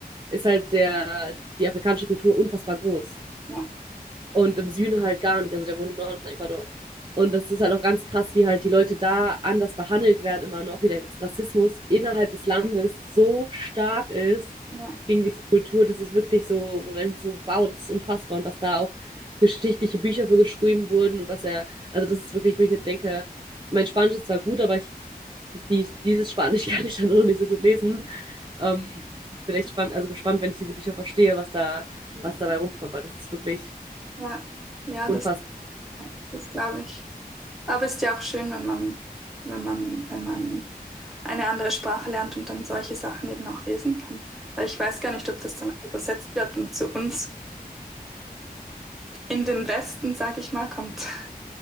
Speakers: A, on the right; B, in the centre.
A: ist halt der, die afrikanische Kultur unfassbar groß.
B: ja,
A: Und im Süden halt gar nicht. Also der wohnt im Norden von Ecuador. Und das ist halt auch ganz krass, wie halt die Leute da anders behandelt werden, immer noch, wie der Rassismus innerhalb des Landes so stark ist
B: ja.
A: gegen diese Kultur. Das ist wirklich so, wo du denkst, so, wow, das ist unfassbar. Und was da auch geschichtliche Bücher für geschrieben wurden und was er, also das ist wirklich, wo ich mir denke, mein Spanisch ist zwar gut, aber ich, die, dieses Spanisch <laughs> kann ich dann noch nicht so gut lesen. Ähm, ich bin echt spannend, also gespannt, wenn ich diese Bücher verstehe, was da,
B: ja.
A: was dabei rumkommt, weil das ist wirklich
B: Ja, ja,
A: unfassbar.
B: das, das glaube ich. Aber ist ja auch schön, wenn man, wenn man, wenn man eine andere Sprache lernt und dann solche Sachen eben auch lesen kann. Weil ich weiß gar nicht, ob das dann übersetzt wird und zu uns in den Westen, sag ich mal, kommt.